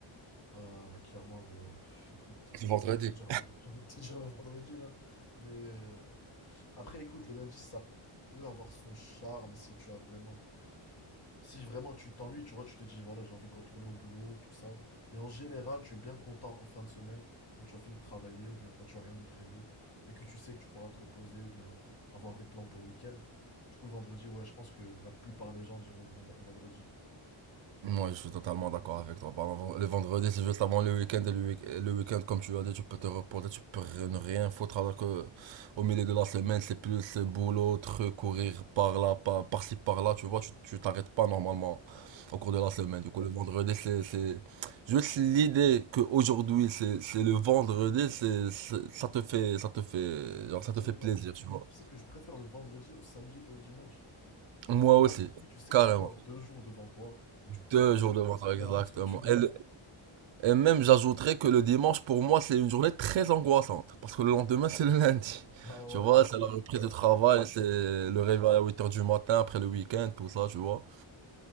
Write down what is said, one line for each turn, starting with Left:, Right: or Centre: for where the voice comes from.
Left: Euh, bah, clairement, le... écoute,
Right: Le vendredi.
Left: j'ai envie de te dire le, <laughs> j'ai envie de te dire le vendredi, hein. Mais euh, après, écoute, le lundi, ça peut avoir son charme si tu as vraiment Si vraiment tu t'ennuies, tu vois, tu te dis, voilà, j'ai envie de retourner au boulot, tout ça. Mais en général, tu es bien content en fin de semaine quand tu as fini de travailler ou bien quand tu as rien de prévu et que tu sais que tu pourras te reposer ou bien avoir des plans pour le week-end. Du coup, le vendredi, ouais, je pense que la plupart des gens diront le vend- le vendredi.
Right: moi je suis totalement d'accord avec toi. Bah, le ven- le vendredi, c'est juste avant le week-end. Et le week- le week-end, comme tu as dit, tu peux te reposer, tu peux rien- ne rien foutre. Alors que au milieu de la semaine, c'est plus euh, boulot, truc, courir par là, par, par-ci, par-là. Tu vois, tu tu t'arrêtes pas normalement au cours de la semaine. Du coup, le vendredi, c'est c'est- juste l'idée que aujourd'hui c'est c'est le vendredi, c'est c'est- ça te fait, ça te fait, genre,
Left: Absolument.
Right: ça te fait plaisir, tu vois.
Left: Je sais que je préfère le vendredi au samedi et au dimanche.
Right: Moi
Left: Parce que le
Right: aussi,
Left: vendredi, tu sais
Right: carrément.
Left: que tu as encore deux jours devant toi où tu pourras
Right: Deux jours
Left: faire
Right: de vendredi,
Left: clairement
Right: exactement.
Left: ce que tu veux.
Right: Et Et même j'ajouterais que le dimanche pour moi c'est une journée très angoissante parce que le lendemain <laughs> c'est le lundi.
Left: <laughs> Ah
Right: Tu
Left: ouais,
Right: vois,
Left: c'est
Right: c'est la reprise
Left: vrai
Right: de travail,
Left: que...
Right: c'est
Left: ouais.
Right: le réveil à huit heures du matin après le week-end, tout ça, tu vois.